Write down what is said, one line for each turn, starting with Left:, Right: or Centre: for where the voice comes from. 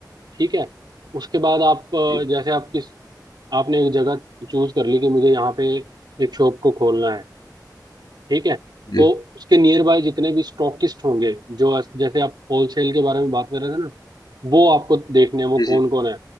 Right: ठीक है उसके बाद आप अ,
Left: जी
Right: जैसे आप किस आपने एक जगह चूज कर ली कि मुझे यहाँ पे एक शॉप को खोलना है ठीक है
Left: जी
Right: तो उसके नियर बाय जितने भी स्टॉकिस्ट होंगे जो अस- जैसे आप होलसेल के बारे में बात कर रहे थे ना वो आपको देखने हैं वो
Left: जी
Right: कौन
Left: जी
Right: कौन है